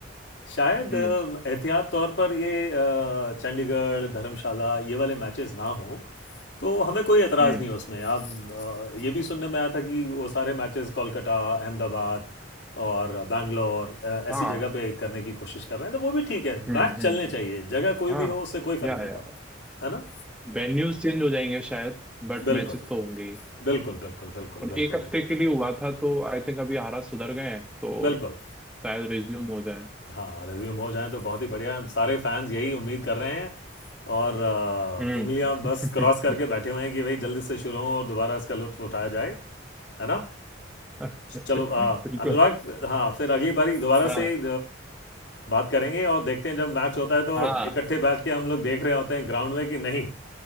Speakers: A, on the left (about 65°); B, in the centre.
A: शायद
B: हम्म
A: अम, एहतियात तौर पर ये अ, चंडीगढ़ धर्मशाला ये वाले मैचेस ना हो तो हमें कोई एतराज़
B: हम्म,
A: नहीं है उसमें आप अ, ये भी सुनने में आया था कि वो सारे मैचेस कोलकाता अहमदाबाद और बैंगलोर अ, ऐसी
B: हाँ
A: जगह पे करने की कोशिश कर रहे हैं तो वो भी ठीक है
B: हम्म
A: मैच
B: हम्म
A: चलने
B: हम्म
A: चाहिए जगह कोई
B: हाँ
A: भी हो उससे कोई
B: या
A: फ़र्क नहीं
B: या
A: पड़ता है ना
B: वेन्यूज चेंज हो जाएंगे शायद बट
A: बिल्कुल
B: मैचेस तो होंगे ही
A: बिल्कुल बिल्कुल बिल्कुल
B: और
A: बिल्कुल
B: एक हफ्ते के लिए हुआ था तो आई थिंक अभी हालात सुधर गए हैं तो
A: बिल्कुल
B: शायद रिज्यूम हो जाए
A: हाँ रिज्यूम हो जाए तो बहुत ही बढ़िया है। सारे फैंस यही उम्मीद कर रहे हैं और अ,
B: हम्म
A: उंगलियां बस क्रॉस करके बैठे हुए हैं कि भाई जल्दी से शुरू हो और दोबारा इसका लुत्फ उठाया जाए है ना
B: <laughs>
A: चलो अ,
B: बिल्कुल
A: अनुराग हाँ फिर अगली बारी दोबारा
B: हाँ
A: से अ, बात करेंगे और देखते हैं जब मैच होता है तो
B: हाँ
A: इकट्ठे बैठ के हम लोग देख रहे होते हैं ग्राउंड में कि नहीं